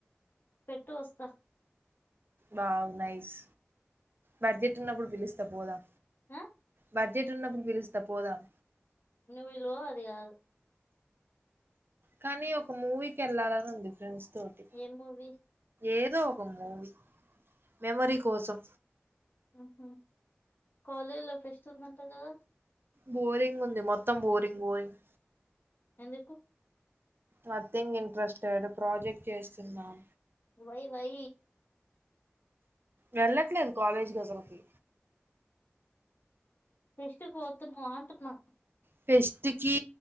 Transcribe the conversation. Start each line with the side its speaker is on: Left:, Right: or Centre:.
Left: పెట్టు వస్తా
Right: వావ్ నైస్ బడ్జెట్ ఉన్నప్పుడు పిలుస్తా పోదాం
Left: ఆ
Right: బడ్జెట్ ఉన్నప్పుడు పిలుస్తా పోదాం
Left: నువ్వు విలువ అది కాదు
Right: కానీ ఒక మూవీకెళ్ళాలని ఉంది ఫ్రెండ్స్ తోటి
Left: ఏం మూవీ
Right: ఏదో ఒక మూవీ మెమరీ కోసం
Left: ఊహూ కాలేజ్లో ఫెస్ట్ ఉందంట కదా
Right: బోరింగ్ ఉంది మొత్తం బోరింగ్ బోరింగ్
Left: ఎందుకు
Right: నథింగ్ ఇంట్రెస్టెడ్ ప్రాజెక్ట్ చేస్తున్నాం
Left: వై వై
Right: వెళ్ళట్లేదు కాలేజీకి అసలకి
Left: ఫెస్ట్ కు పోతున్నావా అంటున్నా
Right: ఫెస్ట్ కి